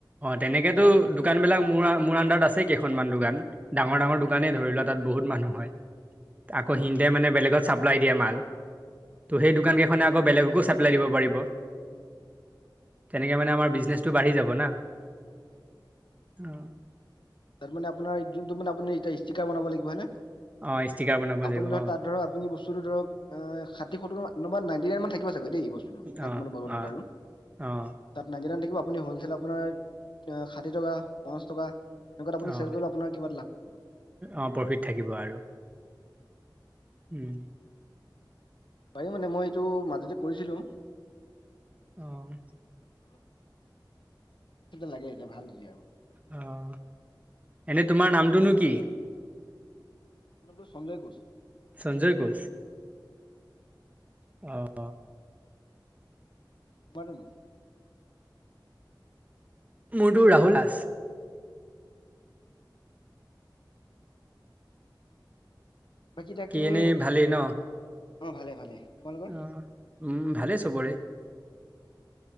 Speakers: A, on the right; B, on the left.
A: অ' তেনেকেতো
B: তাত
A: দোকানবিলাক
B: অ হয়
A: মোৰ মোৰ আণ্ডাৰত আছে কেইখনমান দোকান, ডাঙৰ ডাঙৰ দোকানেই ধৰি লোৱা। তাত বহুত মানুহ হয়, আকৌ সিহঁতে মানে বেলেগত চাপ্লাই দিয়ে মাল। ত'
B: হয় হয়
A: সেই দোকান কেইখনে আকৌ বেলেগকো চাপ্লাই দিব পাৰিব।
B: হুম, হুম।
A: তেনেকে মানে আমাৰ ব্ৰিজনেচটো বাঢ়ি যাব না।
B: হয় বাঢ়ি যাব।
A: অ'
B: তাত মানে আপোনাৰ যোনটো মে এ ষ্টিকাৰ বনাব লাগিব হয় নে।
A: অ', ষ্টিকাৰ বনাব
B: আপুনি
A: লাগিব
B: ধৰক
A: অ',
B: তাত ধৰক আপুনি বস্তু ধৰক ষাঠি, সত্ৰৰ নম্ব নাইটিনাইন মান থাকিব চাগৈ দেই বস্ত তাত
A: অ',
B: মানে বদল
A: অ',
B: দুটা ৰুম।
A: অ',
B: তাত নাইটিনাইন থাকিব আপুনি হ'লচেল আপোনাৰ ষাঠি টকা পঞ্চছ টকা। তেনেকুৱাত আপুনি
A: অ',
B: চেল কৰিল আপোনাৰ কিব লাভ থাকিব।
A: অ' প্ৰফিত থাকিব আৰু উম।
B: পাৰিব মানে মই এইটো মাজতে কৰিছিলোঁ।
A: অ'
B: অলপ লাগে এতিয়া ভাল দিজাই আৰু
A: অ' এনেই তোমাৰ নামটোনো কি?
B: মোৰ নামটোচঞ্জয় কোচ।
A: চঞ্জয়ে ঘোচ অ'
B: তোমাৰ তোৰ কৰ।
A: মোৰটো ৰাহুল দাস
B: বাকী তাক তুমি
A: এনেই ভালেই ন?
B: অ' ভালে ভালে। তোমালোকৰ
A: অ' উম, ভালে চবৰে।